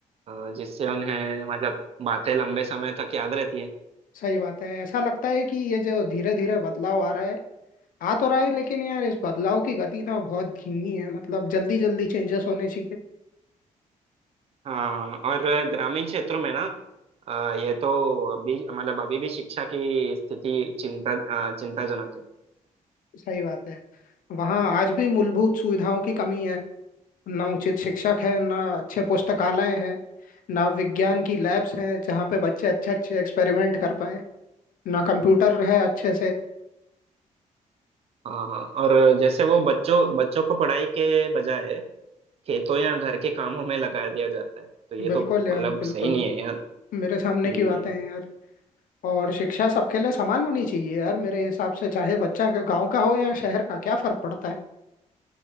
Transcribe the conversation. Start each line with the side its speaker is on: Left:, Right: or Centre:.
Right: अ, जिससे उन्हें मतलब बातें लंबे समय तक याद रहती हैं
Left: सही बात है ऐसा लगता है कि ये जो धीरे धीरे बदलाव आ रहा है आ तो रहा है लेकिन यार इस बदलाव की गति ना बहुत धीमी है मतलब जल्दी जल्दी चेंजेस होने चाहिए
Right: हाँ और ग्रामीण क्षेत्रों में ना अ, ये तो अभी मतलब अभी भी शिक्षा की स्थिति चिंता अ, चिंताजनक है
Left: सही बात है वहाँ आज भी मूलभूत
Right: हम्म।
Left: सुविधाओं की कमी है ना उचित शिक्षक है ना अच्छे पुस्तकालय हैं ना विज्ञान की लैब्स हैं जहाँ पे बच्चे अच्छे अच्छे एक्सपेरिमेंट कर पाए ना कंप्यूटर है अच्छे से
Right: अ, और जैसे वो बच्चों बच्चों को पढ़ाई के बजाय खेतों या घर के कामों में लगा दिया जाता है तो ये
Left: बिल्कुल
Right: तो
Left: यार
Right: मतलब
Left: बिल्कुल
Right: सही नहीं है यार
Left: मेरे सामने
Right: हम्म।
Left: की बातें हैं यार और शिक्षा सबके लिए समान होनी चाहिए यार मेरे हिसाब से चाहे बच्चा गांव का हो या शहर का क्या फर्क पड़ता है